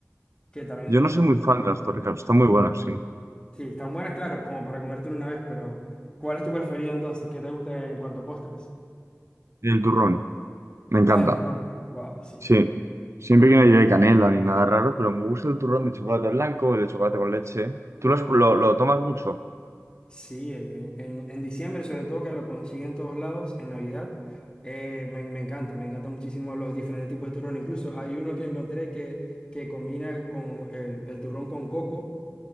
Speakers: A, on the left; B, on the right.
A: que también
B: Yo
A: son
B: no soy muy
A: increíbles.
B: fan de las torrijas, están muy buenas, sí.
A: Sí, están buenas, claro, como para comértelo una vez, pero ¿cuál es tu preferido entonces? ¿Qué te gusta en cuanto a postres?
B: Y el turrón, me encanta.
A: Ah, el turrón. Wow, sí.
B: Sí. Siempre que no lleve canela ni nada raro, pero me gusta el turrón de chocolate blanco, el de chocolate con leche. ¿Tú lo, has- lo- lo tomas mucho?
A: Sí, en, en- en diciembre, sobre todo que lo consiguen en todos lados, en Navidad, eh, me, me encanta, me encanta muchísimo los diferentes tipos de turrón. Incluso hay uno que encontré que, que combina con el, el turrón con coco.